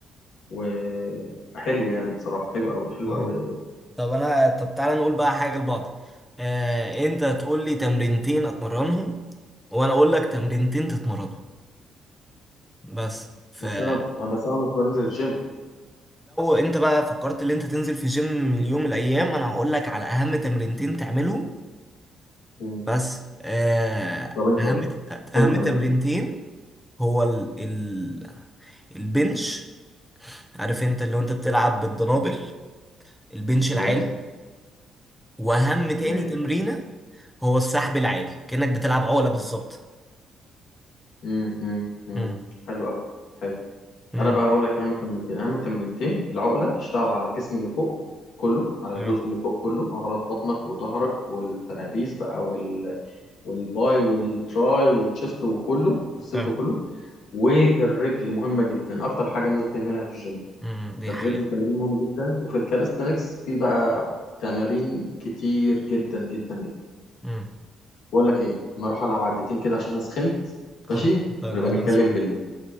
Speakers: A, on the left; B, in the centre.
A: وحلو يعني بصراحة حلو أوي حلو
B: اه
A: أوي أوي أوي
B: طب انا طب تعالى نقول بقى حاجه لبعض آه انت تقول لي تمرينتين اتمرنهم وانا اقول لك تمرينتين تتمرنهم بس فلو
A: بس أنا بس أنا مش بنزل الجيم
B: انت بقى فكرت ان انت تنزل في جيم اليوم من الايام انا هقول لك على اهم تمرينتين تعملهم
A: مم.
B: بس آه
A: طب أنت
B: اهم
A: قول قول
B: اهم
A: لي تمرينتين
B: تمرينتين هو ال... ال... البنش عارف انت اللي هو انت بتلعب بالدنابل البنش
A: تمام
B: العالي واهم تاني
A: تمام
B: تمرينة هو السحب العادي كأنك بتلعب عقلة بالظبط
A: مم. مم. مم.
B: امم
A: حلو أوي حلو
B: امم
A: أنا بقى هقول لك أهم التمرينتين أهم التمرينتين العقلة بتشتغل على الجسم اللي فوق كله على
B: اه
A: الجزء اللي فوق كله عضلات بطنك وظهرك والترابيز بقى وال... والباي والتراي والتشست وكله والصدر
B: اه
A: وكله والرجل مهمة جدا أكتر حاجة الناس بتهملها في الجيم
B: امم دي
A: الرجل
B: حقيقة
A: تمرين مهم جدا وفي الكاليستانكس في بقى تمارين كتير جدا جدا جدا
B: امم
A: بقول لك ايه انا اروح العب عدتين كده عشان انا سخنت
B: خلاص
A: ماشي
B: اتفقنا
A: ونبقى
B: وانا
A: نتكلم
B: هسمع منك
A: بالليل